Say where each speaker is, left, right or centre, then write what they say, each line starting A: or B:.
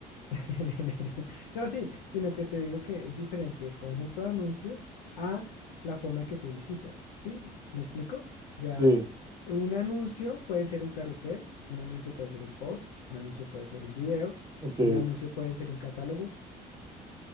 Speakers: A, on the left; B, on the right.
A: <laughs> No, sí, sino que te digo que es diferente el conjunto de anuncios a la forma en que publicitas, ¿sí? ¿Me explico? O sea,
B: Sí.
A: un anuncio puede ser un carrusel, un anuncio puede ser un post, un anuncio puede ser un video,
B: Ok, ok,
A: un anuncio puede ser un catálogo,